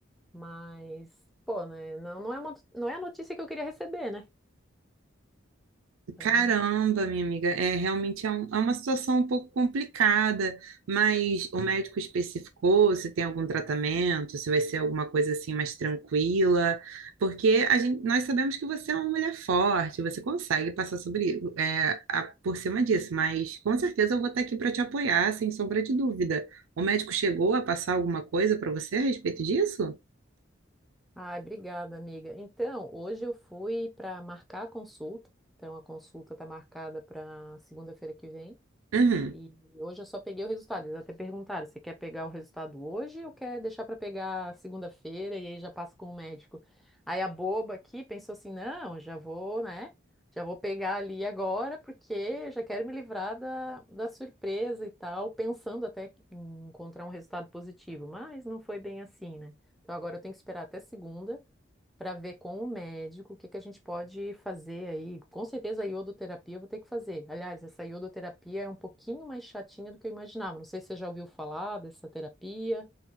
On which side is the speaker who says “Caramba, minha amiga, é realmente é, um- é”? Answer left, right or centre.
Right